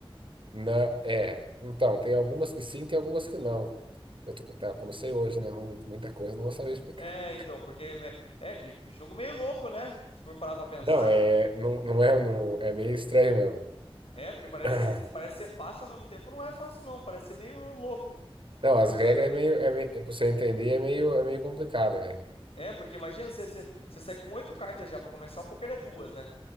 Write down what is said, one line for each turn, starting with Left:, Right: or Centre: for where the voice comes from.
Right: Na, é. Então, tem algumas que sim, tem algumas que não. Eu tô, tá, eu comecei hoje, né? Não- Muita coisa eu não vou saber explicar.
Left: É, então, porque. me- É, que jogo meio louco, né? Se for parar pra pensar.
Right: Não, é, não, não é, não, é meio estranho mesmo.
Left: É, porque parece,
Right: <clears throat>
Left: ser- parece ser fácil ao mesmo tempo, não é fácil, não. Parece ser meio louco.
Right: Não, as
Left: Tipo,
Right: regras
Left: você vai ter
Right: é meio,
Left: que.
Right: é meio, pra você entender, é meio, é meio complicado, velho.
Left: É, porque imagina você, você, você sai com oito cartas já. Pra começar, o poker é duas, né?